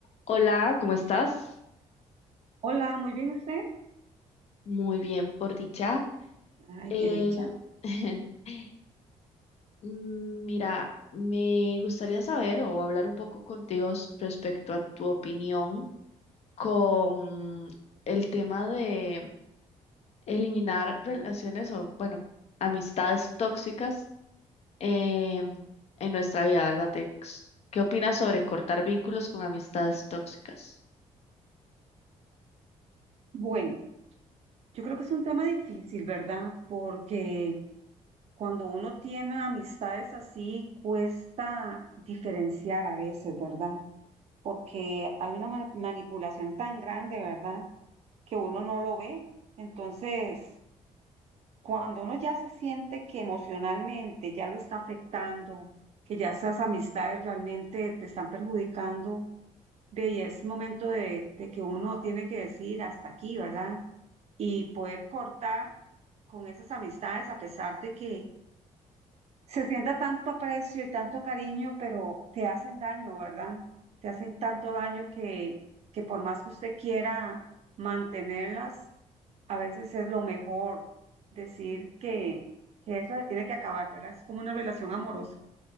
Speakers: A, on the left; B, on the right.
A: Hola, ¿cómo estás?
B: Hola, muy bien usted.
A: Muy bien, por dicha.
B: Ay,
A: Eh,
B: qué dicha.
A: <laughs> mm, mira, me gustaría saber o hablar un poco contigo s- respecto a tu opinión con el tema de eliminar relaciones o, bueno, amistades tóxicas em, en nuestra vida, ¿verdad? Tex? ¿Qué opinas sobre cortar vínculos con amistades tóxicas?
B: Bueno, yo creo que es un tema difícil, ¿verdad? Porque cuando uno tiene amistades así, cuesta diferenciar a veces, ¿verdad? Porque hay una ma- manipulación tan grande, ¿verdad? Que uno no lo ve. Entonces, cuando uno ya se siente que emocionalmente ya lo está afectando, que ya esas amistades realmente te están perjudicando, ve, y es momento de, de que uno tiene que decir hasta aquí, ¿verdad? y poder cortar con esas amistades a pesar de que se sienta tanto aprecio y tanto cariño, pero te hacen daño, ¿verdad? Te hacen tanto daño que, que por más que usted quiera mantenerlas, a veces es lo mejor decir que, que eso se tiene que acabar, ¿verdad? Es como una relación amorosa,